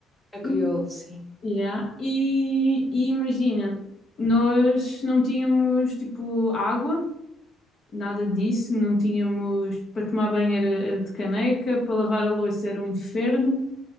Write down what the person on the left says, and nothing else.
e
Yeah. E, e imagina, nós não tínhamos tipo água, nada disso, não tínhamos para tomar banho era, era de caneca, para lavar a louça era um inferno.